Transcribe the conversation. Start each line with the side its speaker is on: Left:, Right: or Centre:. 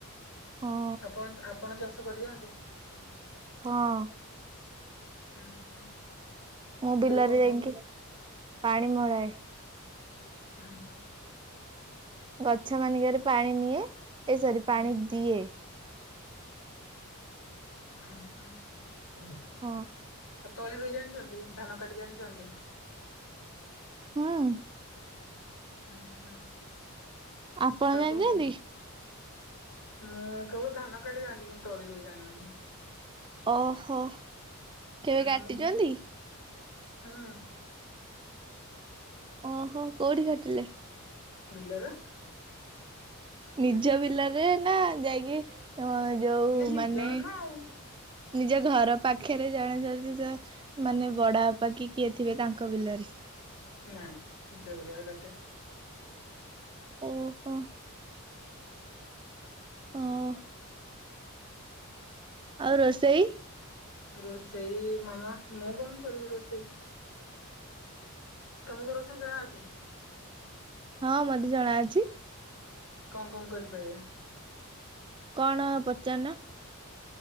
Right: ହଁ
Left: ଆପଣ ଆପଣ ଚାଷ କରି ଯାଆନ୍ତି?
Right: ହଁ।
Left: ଉଁ ହୁଁ।
Right: ମୁଁ ବିଲରେ
Left: କଣ
Right: ଯାଇକି
Left: କଣ କର
Right: ପାଣି ମଳାଏ।
Left: ହୁଁ ହୁଁ
Right: ଗଛ ମାନିକରେ ପାଣି ନିଏ ଏ ସରି
Left: ହୁଁ
Right: ପାଣି ଦିଏ।
Left: ହଁ ହୁଁ
Right: ହଁ।
Left: ତଳି ରୁଇ ଜାଣିଚନ୍ତି ଧାନ କାଟି ଜାଣିଚନ୍ତି?
Right: ହଁ।
Left: ଉଁ ହୁଁ
Right: ଆପଣ
Left: ଆଉ
Right: ଜାଣିଛନ୍ତି?
Left: କଣ କୁହନ୍ତି? ମୁଁ କେବଳ ଧାନ କାଟିି ଜାଣିଚି କିନ୍ତୁ ତଳି ରୁଇ ଜାଣି ନାହିଁ।
Right: ଓହୋ। କେବେ
Left: ସାନ
Right: କାଟିଛନ୍ତି?
Left: ମାମୁ ହଁ।
Right: ଓହୋ କୋଉଠି କାଟିଲେ?
Left: ବିଲରେ।
Right: ନିଜ ବିଲରେ ନା ଯାଇକି ଅଁ ଯୋଉ
Left: ନିଜର
Right: ମାନେ
Left: ନା ଆଉ
Right: ନିଜ ଘର ପାଖରେ ଜଣେ ଯଦି ଯ ମାନେ ବଡ ବାପା କି କିଏ ଥିବେ ତାଙ୍କ ବିଲରେ।
Left: ନାଇଁ ନିଜ ବିଲରେ କାଟେ।
Right: ଓହୋ। ହଁ। ଆଉ ରୋଷେଇ?
Left: ରୋଷେଇ ମାମା ମୁଁ କଣ କରିବି ରୋଷେଇ? ତମୁକୁ ରୋଷେଇ ଜଣା ଅଛି?
Right: ହଁ ମତେ ଜଣାଅଛି।
Left: କଣ କଣ କରିପାରିବା?
Right: କଣ ପଚାରନ?